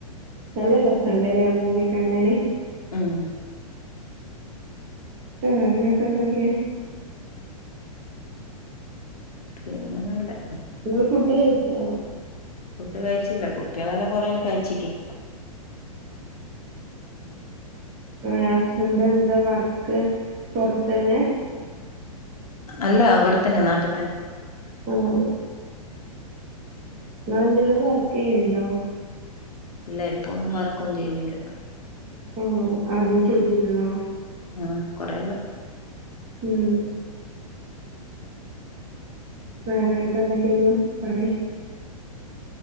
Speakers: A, on the right (about 30°); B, on the left (about 75°).
A: നല്ല രസൊണ്ടല്ലേ ആ മൂവി കാണാന്
B: ഇം
A: ഇം എന്നിട്ടെന്തൊക്കെ
B: പിന്നെ നല്ലെ
A: നിങ്ങള് ഫുഡ് കഴിച്ചോ?
B: ഫുഡ് കഴിച്ചില്ല കുട്ടികളല്ലെ കൊറെല്ല കഴിച്ചി‌ക്കി
A: ഇം ഹസ്ബൻഡ് എന്താ വർ ക്ക് പൊറത്തന്നേ
B: അല്ല ഇവിടെത്തന്നെ നാട്ടിത്തന്നെ
A: ഉം ഇങ്ങള് എന്തേലും വർക്കെയ്യിണ്ടോ?
B: ഇല്ല ഇപ്പൊന്നും വർക്കൊന്നും ചെയ്യുന്നില്ല.
A: ഓഹ് അദ്യം ചെയ്തിരുന്നോ?
B: ആഹ് കൊറേഇല്ല
A: ഉം വേറെന്നിട്ട് എന്തൊക്കെയാന്ന് പറയ്